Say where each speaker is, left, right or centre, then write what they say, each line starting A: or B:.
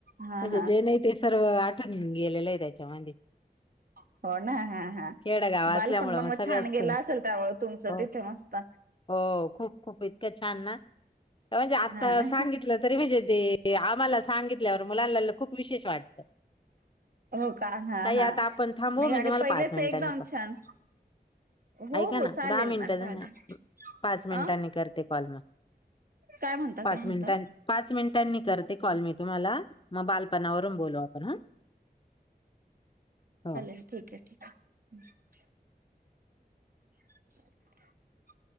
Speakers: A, on the right; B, on the left.
A: हा
B: म्हणजे
A: हा
B: जे नाही ते सर्व आठवण गेलेलं आहेत चवहाते
A: हो, ना? हा! हा!
B: खेडगाव
A: ! बालपण
B: असल्यामुळं
A: मन मग
B: सगळंच
A: छान गेला असेल त्यामुळे तुमचं
B: हो
A: तिथे मस्त!
B: हो खूप खूप इतकं छान! ना तवा जे आता
A: हा ना
B: सांगितलं तरी म्हणजे ते आम्हाला सांगितल्यावर मुलांला खूप विशेष वाटत!
A: हो का हा
B: काही
A: हा
B: आता आपण थांबव
A: नाही
B: मी,
A: आणि
B: तुम्हाला
A: पहिलेच
B: पाच मिनिटांनी
A: एकदम
B: करतो.
A: छान हो
B: ऐका
A: हो
B: ना!
A: चालेल
B: दहा मिनिट
A: ना
B: झाले
A: चालेल
B: पाच मिनिटांनी
A: अ
B: करते. करते कॉल! म
A: काय म्हणता
B: पाच
A: काय म्हणता
B: मिनटां आहेत. पाच मिनिटांनी करते. कॉल मी तुम्हाला मग बालपणावर! मगबोलू आपण हं! !
A: ठीक आहे, का? ह <inaudible> <unintelligible> <inaudible>